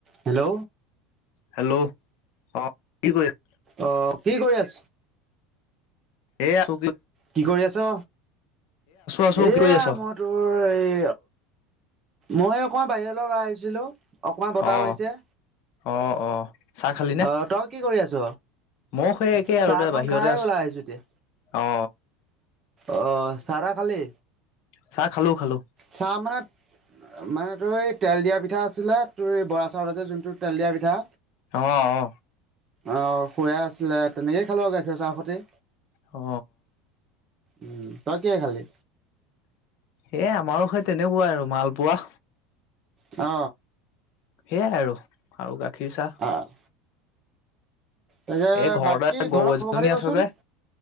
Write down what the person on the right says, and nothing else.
hello
অ কি কৰি আছ
কি কৰি আছ?
এয়া
মত তোৰ এই মই অকমান বাহিৰলৈ ওলাই আহিছিলো। অকমান বতাহ
মাৰিছে।
অ তই কি কৰি আছ?
চাহকন
খাই
ওলাই আহিছো এতিয়া।
অ চাহ তা খালি।
চাহ মানে, মানে তোৰ এই তেল দিয়া পিঠা আছিলে তোৰ এই বৰা চাউল যে যোনটো তেল দিয়া পিঠা।
অ খূয়া আছিলে তেনেকয়ে খালোঁ আৰু গাখীৰ চাহ সতে।
উম তই কিহে খালি।
অ
অ, তাকে
বাকী
ঘৰৰ
খবৰ খাতি কচোন